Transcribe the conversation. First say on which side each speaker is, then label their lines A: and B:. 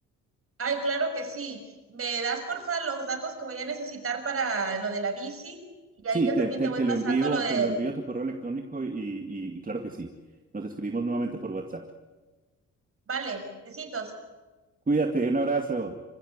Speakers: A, on the right; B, on the right.
A: Ay, claro que sí. Me das porfa los datos que voy a necesitar para lo de la bici y ahí
B: Sí,
A: yo
B: te,
A: también
B: te,
A: te voy
B: te
A: pasando
B: lo envío,
A: lo de,
B: te lo envío a tu correo electrónico y, y y claro que sí, nos escribimos nuevamente por WhatsApp.
A: vale, besitos.
B: Cuídate, un abrazo.